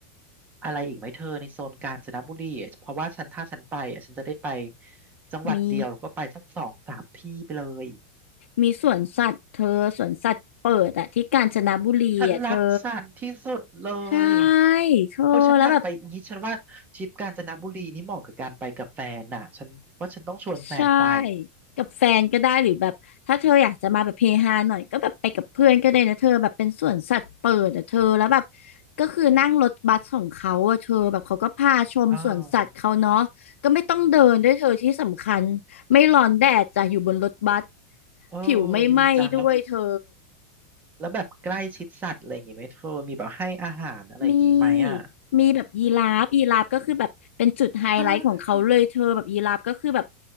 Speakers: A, on the right; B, on the left.
A: อะไรอีกไหมเธอในโซนกาญจนบุรีอะเพราะว่าฉันถ้าฉันไปอ่ะฉันจะได้ไปจังหวัดเดียวแล้วก็ไปสักสองสามที่ไปเลย
B: มี มีสวนสัตว์เธอสวนสัตว์เปิดอะที่กาญจนบุรีอะเธอ
A: ฉันรักสัตว์ที่สุดเลย
B: ใช่เธอแล้วแบบ
A: โอ้ยฉันอยากไปอย่างนี้ฉันว่าทริปกาญจนบุรีนี่เหมาะกับการไปกับแฟนน่ะฉันว่าฉันต้องชวนแฟนไป
B: ใช่กับแฟนก็ได้หรือแบบถ้าเธออยากจะมาแบบเฮฮาหน่อยก็แบบไปกับเพื่อนก็ได้นะเธอแบบเป็นสวนสัตว์เปิดอะเธอแล้วแบบก็คือนั่งรถบัสของเขาอะเธอแบบเขาก็พาชมสวนสัตว์เขาเนาะก็ไม่ต้องเดินด้วยเธอที่สำคัญไม่ร้อนแดดจ้ะอยู่บนรถบัส
A: อ่าวเออ
B: ผิวไม่ไหม้ด้วยเธอ
A: ดีจังแล้วแล้วแบบใกล้ชิดสัตว์อะไรอย่างงี้ไหมเธอมีแบบให้อาหารอะไรอย่างงี้ไหมอ่ะ
B: มี มีแบบยีราฟยีราฟก็คือแบบเป็นจุดไฮไลท์ของเขาเลยเธอแบบยีราฟก็คือแบบ
A: ใช่